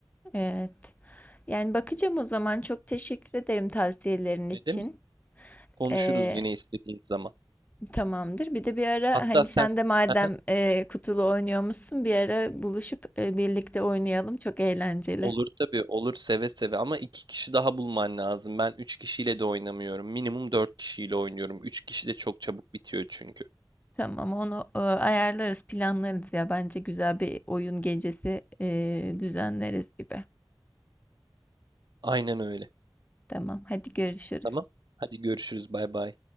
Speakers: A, on the left; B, on the right.
A: Evet. Yani bakacağım o zaman. Çok teşekkür ederim tavsiyelerin için.
B: Ne demek? Konuşuruz
A: Ee,
B: yine istediğin zaman.
A: tamamdır. Bir de bir ara
B: Hatta
A: hani
B: sen
A: sen de madem
B: <laughs>
A: e, kutulu oynuyormuşsun bir ara buluşup e, birlikte oynayalım. Çok eğlenceli.
B: Olur tabii olur seve seve ama iki kişi daha bulman lazım. Ben üç kişiyle de oynamıyorum. Minimum dört kişiyle oynuyorum. Üç kişi de çok çabuk bitiyor çünkü.
A: Tamam onu e, ayarlarız, planlarız ya. Bence güzel bir oyun gecesi e, düzenleriz gibi.
B: Aynen öyle.
A: Tamam, hadi görüşürüz.
B: Tamam. Hadi görüşürüz. Bay bay.